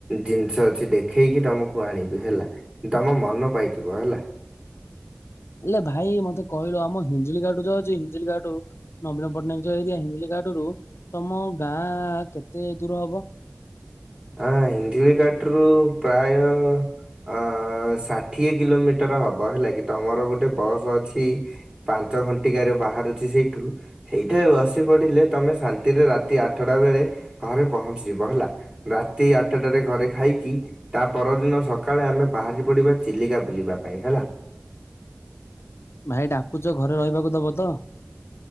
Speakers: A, on the right (about 20°); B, on the left (about 60°).
A: ଜିନିଷ ଅଛି ଦେଖେଇକି ତମକୁ ଆଣିବି ହେଲା। ତମ ମନ ପାଇଯିବ ହେଲା।
B: ହେଲେ ଭାଇ ମତେ କହିଲ ଆମ ହିଞ୍ଜଳି କାଟୁ ଯୋଉ ଅଛି ହିଞ୍ଜଳି କାଟୁ। ନବୀନ ପଟ୍ଟନାୟକ ଯୋଉ ଆଇଛି ହିଞ୍ଜିଳି କାଟରୁ ତମ ଗାଁ କେତେ ଦୂର ହବ?
A: ଆ ହିଞ୍ଜିଳି କାଟରୁ ପ୍ରାୟ ଆ ଷାଠିଏ କିଲୋମିଟର ହେବ ହେଲା କି, ତମର ଗୋଟେ ବସ୍ ଅଛି। ପାଞ୍ଚ ଘଣ୍ଟିକାରେ ବାହାରୁଛି ସେଇଠୁ। ସେଇଥିରେ ବସି ପଡ଼ିଲେ ତମେ ଶାନ୍ତିରେ ରାତି ଆଠଟା ବେଳେ ଘରେ ପହଞ୍ଚିଯିବ ହେଲା। ରାତି ଆଠଟାରେ ଘରେ ଖାଇକି ତା ପରଦିନ ସକାଳେ ଆମେ ବାହାରି ପଡିବା ଚିଲିକା ବୁଲିବା ପାଇଁ ହେଲା।
B: ଭାଇ ଡାକୁଛ, ଘରେ ରହିବାକୁ ଦବ ତ?